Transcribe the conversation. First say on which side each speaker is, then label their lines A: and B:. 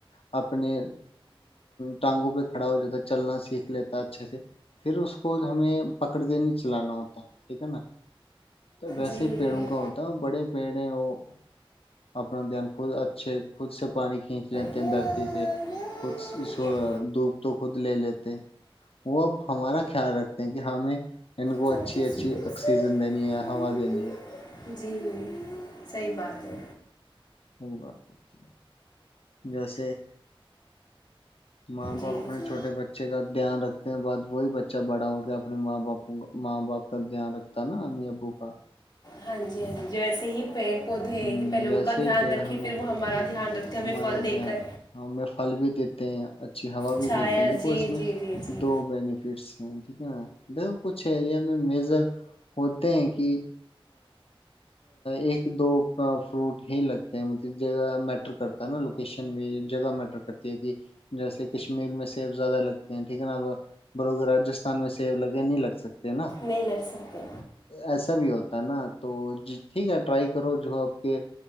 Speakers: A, on the left; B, on the left.
A: اپنے ٹانگوں پہ کھڑا ہو جاتا چلنا سیکھ لیتا اچھے سے پھر اس کو ہمیں پکڑ کے نہیں چلانا ہوتا ٹھیک ہے نا تو ویسے
B: جی
A: ہی پیڑوں کا ہوتا اور بڑے پیڑ وہ اپنا دھیان خود اچھے خود سے پانی کھینچ لیتے
B: جی
A: دھرتی سے خود
B: جی
A: دوپ تو خود لے لیتے وہ اب ہمارا خیال رکھتے ہیں کہ ہمیں ان کو
B: چھوٹی
A: اچھی اچھی
B: سی کوسی
A: آکسیجن دینی ہے
B: کوئی
A: ہوا
B: نہیں
A: دینی ہے
B: جی صحیح بات ہے
A: سی بات ہوتی ہے جیسے <unintelligible> ماں باپ
B: جی ہاں
A: اپنے
B: جی
A: چھوٹے بچے کا دھیان رکھتے ہیں بعد وہی بچہ بڑا ہو کے اپنے ماں باپ ماں باپ کا دھیان رکھتا ہے نا امی ابو کا
B: ہاں جی ہاں جی <unintelligible> جیسے ہی پیڑ پودے
A: ہ
B: ہیں کہ پہلے ان
A: ویسے
B: کا دھیان
A: ہی پیڑ
B: رکھے
A: ہمیں
B: پھر وہ ہمارا دھیان رکھتے ہیں
A: ہمارا
B: ہمیں پھل دے
A: دھیان
B: کر
A: رکھ ہم پھل بھی دیتے ہیں اچھی ہوا بھی
B: چھایا
A: دیتے ہیں دیکھو
B: جی
A: اس میں
B: جی جی جی
A: دو بینیفٹس ہیں ٹھیک ہے نا دیک کچھ ایریا میں میزر ہوتے ہیں کہ ایک دو فروٹ ہی لگتے مطلب ج م مر کرتا ہے نا لوکیشن بھی جگہ میٹر کرتی ہے کہ جیسے کشمیر میں سیب زیادہ لگتے ہیں ٹھیک ہے نا بروگر راستھان میں سیب لگے نہیں لگ سکتے نا
B: میلستے
A: ایسا بھی ہوتا نا تو ٹھیک ہے ٹرائی کرو جو آپ کے